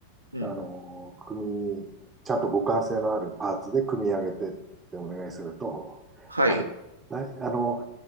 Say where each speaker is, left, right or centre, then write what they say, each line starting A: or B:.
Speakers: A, on the right (about 85°); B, on the right (about 20°).
A: うん。
B: あの、組ちゃんと互換性のあるパーツで組み上げてってお願いすると、
A: はい。
B: な <laughs> あの、